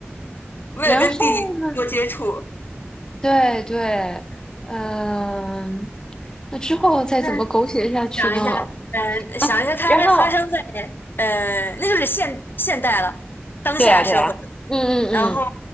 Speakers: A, on the left (about 55°); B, on the left (about 15°).
A: 为了跟弟弟多接触。
B: 然后呢，对对，嗯、那之后再怎么狗血下去呢？
A: 那想一下，呃，
B: 啊、
A: 想一下，他发生在
B: 然后，
A: 呃，那就是现现代了，当下社会。
B: 对呀、对呀、嗯嗯
A: 然后